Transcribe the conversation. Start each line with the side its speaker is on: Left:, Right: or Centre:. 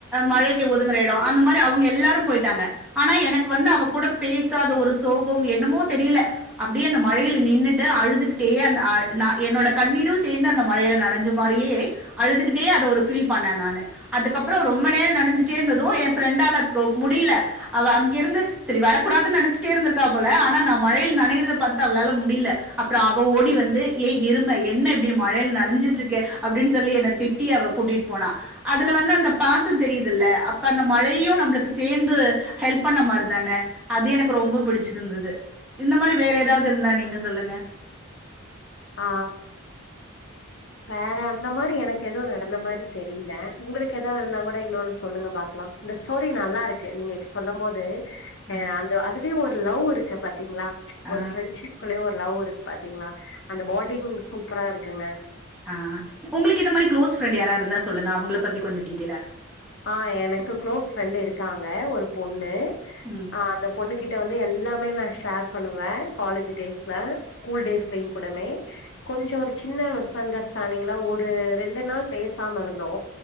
Centre: மழைக்கு ஒதுங்கற எடோ அந்த மாரி அவுங்க எல்லாரு போயிட்டாங்க ஆனா எனக்கு வந்து அவ கூட பேசாத ஒரு சோகம் என்னமோ தெரில அப்டியே அந்த மழையில நின்னுட்டு அழுதுகிட்டே அந் அ அஎன்னோட கண்ணீரு சேந்து அந்த மழையில நனைஞ்ச மாரியே அழுதுகிட்டே அத ஒரு ஃபீல் பண்ணே நானு அதுக்கப்புறோ ரொம்ப நேரோ நனஞ்சிட்டே இருந்தது என் ஃப்ரெண்டால அப்றோ முடியல அவ அங்கிருந்து செரி வரக்கூடாதுன் நினைச்சுட்டே இருந்திருக்கா போல ஆனா நான் மழையில் நனையறத பாத்துட்டு அவளால முடியல அப்பறோ அவ ஓடி வந்து ஏ எருமை என்ன இப்டி மழையில நனைஞ்சிட்டு இருக்க அப்படின்னு சொல்லி என்ன திட்டி அவ கூட்டிட்டு போனா அதுல வந்து அந்த பாசம் தெரியுதுல்ல அப்ப அந்த மழையும் நம்மளுக்கு சேந்து ஹெல்ப் பண்ண மாரி தானே அது எனக்கு ரொம்ப பிடிச்சிருந்தது இந்த மாரி வேற ஏதாவது இருந்தா நீங்க சொல்லுங்க
Left: ஆ வேற அந்த மாரி எனக்கு எது நடந்த மாரி தெரியல உங்களுக்கு எதா இருந்தா கூட இன்னொன்னு சொல்லுங்க பாக்கலாம் இந்த ஸ்டோரி நல்லா இருக்கு நீங்க சொல்லும் போது
Centre: ஆ
Left: அ அந்த அதுலயு ஒரு லவ் இருக்கு பாத்தீங்களா
Centre: ஆ
Left: ஒரு ஃபரெண்ட்ஷிப் க்குளே ஒரு லவ் இருக்கு பாத்தீங்களா அந்த பாண்டிங் சூப்பரா இருக்குங்க
Centre: ஆ உங்களுக்கு இந்த மாரி கிளோஸ் ஃப்ரண்ட் யாரா இருந்தா சொல்லுங்கங்க அவுங்கள பத்தி கொஞ்ச டீடெய்லா
Left: ஆ எனக்கு க்ளோஸ் ஃப்ரெண்ட் இருக்காங்க ஒரு பொண்ணு
Centre: ம்
Left: நா அந்த பொண்ணு கிட்ட வந்து எல்லாமே நான் ஷேர் பண்ணுவே காலேஜ் டேஸ்ல ஸ்கூல் டேஸ்லயுங் கூடமே கொஞ்சோ ஒரு சின்ன மிஸ் அண்டர்ஸ்டாண்டிங்ல ஒரு ரெண்டு நாள் பேசாம இருந்தோ